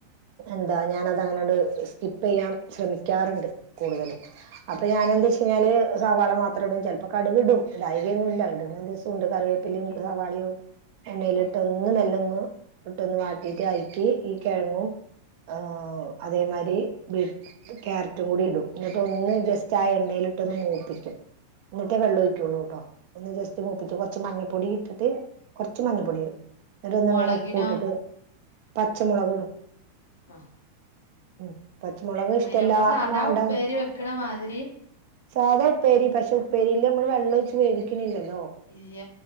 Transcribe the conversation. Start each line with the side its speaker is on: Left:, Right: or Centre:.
Right: എന്താ ഞാനതാനട് സ്കിപ്പ് ചെയ്യാൻ ശ്രമിക്കാറുണ്ട് കൂടുതലും അപ്പ ഞാനെന്താച്ചന്നാല് സവാള മാത്രടും ചെൽപ്പോ കടുകിടും ഇടായികയൊന്നുല്ല ഇടുന്ന ദിവസണ്ട് കറിവേപ്പില ഇടു സവാളിയും എണ്ണയിലിട്ടൊന്ന്
Left: ഉം
Right: മെല്ലൊന്ന് ഇട്ടൊന്ന് വാട്ടീട്ട് അയക്കി ഈ കിഴങ്ങു ആ അതേമാരി ബീറ്റ് ക്യാരറ്റും കൂടി ഇടും എന്നിട്ട് ഒന്ന് ജസ്റ്റ് ആ എണ്ണയിലിട്ട് ഒന്ന് മൂപ്പിക്കും എന്നിട്ടേ വെള്ളൊഴിക്കള്ളൂട്ടോ ഒന്ന് ജസ്റ്റ് മൂപ്പിച്ച് കൊറച്ച് മഞ്ഞപ്പൊടി ഇട്ടിട്ട് കൊറച്ച് മഞ്ഞ പൊടി ഇടും എന്നിട്ടൊന്നിങ്ങനെ
Left: മൊളകിനോ
Right: ഉപ്പും ഇട്ടിട്ട് പച്ചമുളക് ഇടും
Left: <inaudible>
Right: ഉം പച്ചമുളക് ഇഷ്ടല്ലാ
Left: അങ്ങനെ നമ്മളെ സാധാ
Right: വാണ്ട
Left: ഉപ്പേരി വെക്കണ മാതിരി
Right: സാദാ ഉപ്പേരി പക്ഷെ ഉപ്പേരീല് അമ്മള് വെള്ളൊഴിച്ച് വേവിക്കിണില്ലല്ലോ
Left: ഇല്ല